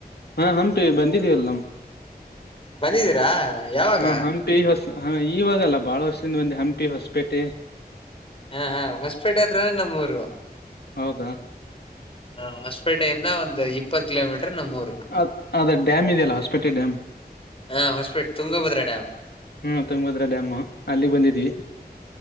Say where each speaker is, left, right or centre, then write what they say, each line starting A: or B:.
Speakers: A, on the left; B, on the left.
A: ಹಾ ಹಂಪಿ ಬಂದಿದ್ದಿವಲ್ಲ ನಾವ್
B: ಬಂದಿದ್ದೀರಾ? ಯಾವಾಗ?
A: ಹಾ ಹಂಪಿ ಹೊಸ ಹ ಇವಾಗಲ್ಲ ಬಾಳ ವರ್ಷದಿಂದ ಬಂದವಿ ಹಂಪಿ ಹೊಸಪೇಟೆ
B: ಹಾ ಹಾ ಹೊಸಪೇಟೆ ಹತ್ರನೇ ನಮ್ಮ್ಊರು
A: ಹೌದಾ
B: ಹಾ ಹೊಸಪೇಟೆಯಿಂದ ಒಂದು ಇಪ್ಪತ್ತು ಕಿಲೋಮೀಟರ್ ನಮ್ಮ ಊರು
A: ಅ ಅದ ಡ್ಯಾಮ್ ಇದೆಯಲ್ಲ ಹೊಸಪೇಟೆ ಡ್ಯಾಮ್.
B: ಹಾ ಹೊಸಪೇಟೆ ತುಂಗಭದ್ರ ಡ್ಯಾಮ್
A: ಹ್ಮ ತುಂಗಭದ್ರ ಡ್ಯಾಮ್ ಅಲ್ಲಿ ಬಂದಿದವಿ.